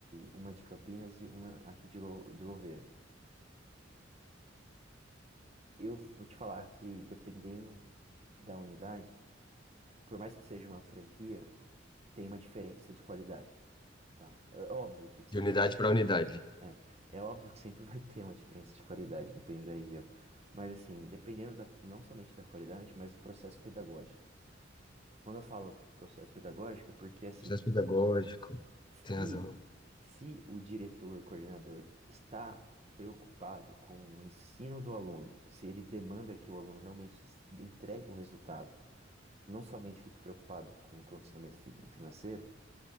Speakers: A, on the right (about 35°); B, on the left (about 25°).
A: uma de Campinas e uma aqui de, Lou- de Louveira. Eu vou te falar que, dependendo da unidade, por mais que seja uma franquia, tem uma diferença de qualidade, tá? É óbvio que sempre
B: De unidade
A: vai ter.
B: para unidade.
A: É, é óbvio que sempre <laughs> vai ter uma diferença de qualidade, dependendo da região. Mas, assim, dependendo da, não somente da qualidade, mas do processo pedagógico. Quando eu falo processo pedagógico, é porque, assim,
B: Processo pedagógico.
A: se,
B: Tem razão.
A: se o diretor, o coordenador, está preocupado com o ensino do aluno, se ele demanda que o aluno realmente entregue um resultado, não somente fique preocupado com o condicionamento fi- financeiro,